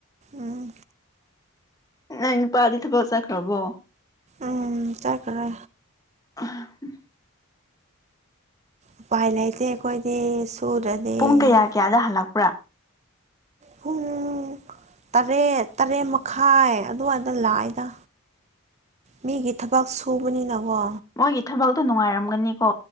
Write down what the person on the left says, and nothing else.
ꯅꯪ ꯅꯨꯄꯥꯗꯤ ꯊꯕꯛ ꯆꯠꯈ꯭ꯔꯕꯣ
ꯎꯝ
ꯄꯨꯡ ꯀꯌꯥ ꯀꯌꯥꯗ ꯍꯜꯂꯛꯄ꯭ꯔꯥ
ꯃꯣꯏꯒꯤ ꯊꯕꯛꯇꯣ ꯅꯨꯡꯉꯥꯏꯔꯝꯒꯅꯤꯀꯣ